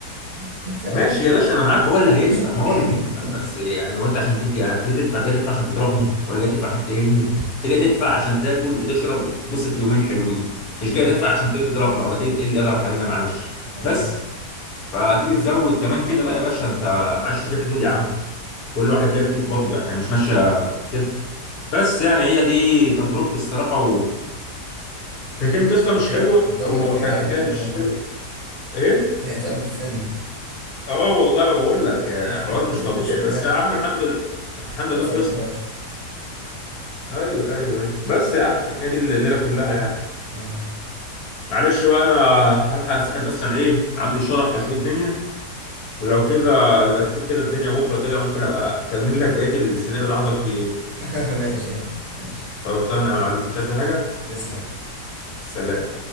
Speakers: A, on the right (about 55°); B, on the left (about 60°).
A: <laughs> فنحميه
B: ماشي يا باشا انا معاك هو اللي هيدفع
A: <coughs>
B: ما هو اللي هيدفع
A: مم.
B: بس يعني هو انت عشان تيجي يعني تيجي تدفع تيجي تدفع عشان تضربني ولا جاي تدفع عشان تهني انت جاي تدفع عشان تاكل وتشرب وتتبسط يومين حلوين مش
A: مم.
B: جاي تدفع عشان تيجي تضربنا ولا تيجي تقل ادبك علينا معلش
A: أيوه
B: بس فتيجي تزود كمان كده لا يا باشا انت معلش في حدود يا عم كل واحد ليه حدود برضه يعني هي مش ماشيه كده بس يعني هي دي تجربتي الصراحه و... هي كانت قصه مش حلوه
A: موقف يتعمل
B: او مو-
A: أفلام
B: حكايه
A: يا عم
B: مش
A: والله
B: حلوه ايه
A: ده هيتعمل فيلم
B: اه والله ما بقول لك آه،
A: <laughs>
B: حوار مش طبيعي
A: نسميها
B: بس يا عم
A: إيه؟
B: الحمد لله الحمد
A: حتى
B: لله خلصنا
A: في بار
B: ايوه ايوه ايوه بس يا عم هي دي الليله كلها يعني
A: آه
B: معلش بقى انا هلحق انسحب بس عشان ايه عندي الشغل هلحق اشوف الدنيا ولو كده نبقى نشوف كده الدنيا بكره كده ممكن ابقى اكمل لك بقيه السيناريو ده حصل فيه إيه.
A: <laughs> ماشي يعني ماشي
B: خلصانه يا معلم مش عايز حاجه
A: تسلم
B: سلام